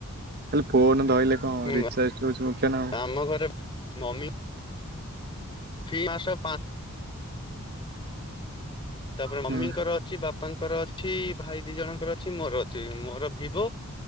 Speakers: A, on the right (about 45°); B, on the left (about 25°).
A: ଖାଲି ଫୋନ ଧଇଲେ କଣ
B: ହୁଁ
A: ହବ ରିଚାର୍ଜଟା ହଉଚି ମୁଖ୍ଯ ନା ଆଉ।
B: ଆମ ଘରେ ମମି ହଁ ତାପରେ ମମିଙ୍କର
A: ହୁଁ
B: ଅଛି ବାପାଙ୍କର ଅଛି ଭାଇ ଦି ଜଣଙ୍କର ଅଛି ମୋର ଅଛି। ମୋର ଭିବୋ